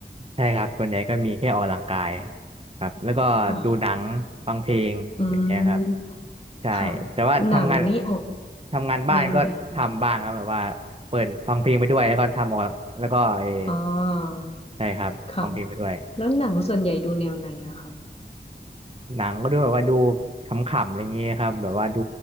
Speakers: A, on the right; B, on the left.
A: ใช่ครับส่วนใหญ่ก็มีแค่ออกกำลังกายครับแล้วก็ดูหนังฟังเพลงอะไรอย่างเงี้ยครับ
B: ค่ะอืม
A: ใช่แต่ว่าทำงาน
B: ค่ะหนังนี่ออก
A: ทำงานบ้านก็ทำบ้างครับแบบว่าเปิดฟังเพลงไปด้วยแล้วก็ทำออกแล้วก็เออ
B: แนวไหนคะอ่า
A: ใช่ครับฟังเพลงไปด้วย
B: ค่ะแล้วหนังส่วนใหญ่ดูแนวไหนอะคะ
A: หนังก็ดูแบบว่าดูขำๆอะไรเงี้ยครับแบบว่าดู